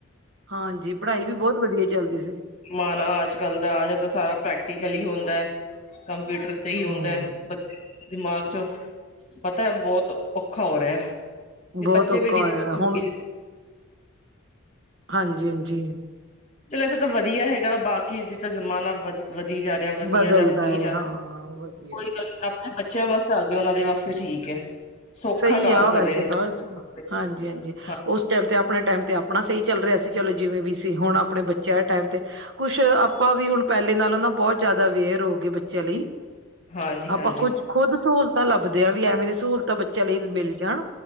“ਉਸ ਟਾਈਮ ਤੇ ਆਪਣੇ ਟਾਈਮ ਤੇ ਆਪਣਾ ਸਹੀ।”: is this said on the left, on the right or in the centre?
Right